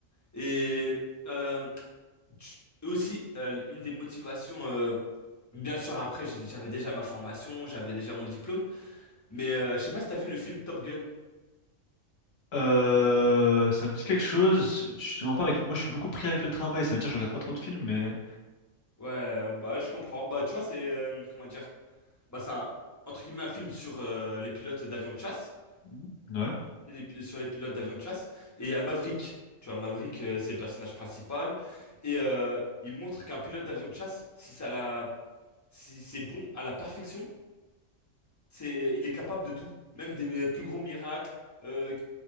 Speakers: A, on the left; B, on the left.
A: Et euh, tu- et aussi, euh, une des motivations, euh, bien sûr, après, j'ai- j'avais déjà ma formation, j'avais déjà mon diplôme, mais euh, je sais pas si t'as vu le film Top Gun.
B: Euh, ça me dit quelque chose. Je te mens pas avec. Moi, je suis beaucoup pris avec le travail. Ça veut dire que je regarde pas trop de films, mais
A: Ouais, bah je comprends. Bah tu vois, c'est, euh, comment dire, bah c'est un, entre guillemets, un film sur euh, les pilotes d'avions de chasse.
B: Mhm. ouais.
A: les pi- sur les pilotes d'avions de chasse. Et il y a Maverick. Tu vois, Maverick, euh, c'est le personnage principal. Et euh, il montre qu'un pilote d'avion de chasse, si ça la, si c'est bon à la perfection, c'est, il est capable de tout. Même des euh, plus gros miracles. Euh,